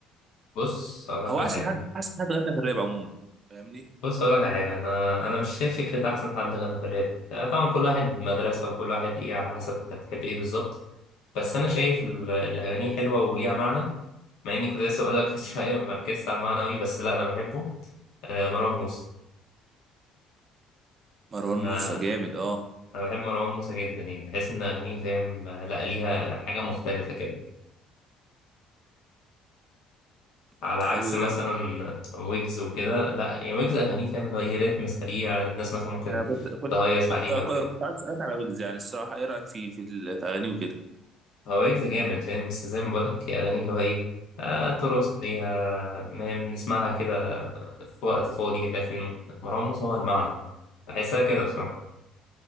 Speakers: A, on the left (about 70°); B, on the right (about 40°).
A: بص اقول لك
B: هو
A: على
B: احسن
A: حاجه
B: حد احسن حد غنى في الراب عموما فاهمني
A: بص اقول لك على حاجه انا انا مش شايف فكره احسن حد غنى في الراب آه، طبعا كل واحد مدرسه وكل واحد ايه على حسب انت بتحب ايه بالظبط بس انا شايف ال- الاغاني حلوه وليها معنى مع اني كنت لسه اقول لك <laughs> من شويه ما مركزتش على المعنى قوي بس لا انا بحبه آه، مروان موسى
B: مروان
A: انا
B: موسى جامد اه
A: انا بحب مروان موسى جدا يعني بحس ان اغانيه فاهم لا ليها حاجه مختلفه كده
B: ده
A: على عكس
B: حلو
A: مثلا
B: ده
A: ويجز وكده لا يعني ويجز اغانيه فاهم اللي هو ايه رتم سريع الناس مثلا ممكن
B: انا كنت كنت
A: تهيص
B: كنت
A: عليها
B: آه،
A: وكده
B: كنت, كنت عايز اسالك على ويجز يعني الصراحه ايه رايك في في, ال- في اغانيه وكده
A: هو ويجز جامد فاهم بس زي ما بقولك هي اغانيه اللي هو ايه آه ترقص ليها فاهم نسمعها كده في وقت فاضي لكن مروان موسى هو المعنى بحسها كده بصراحه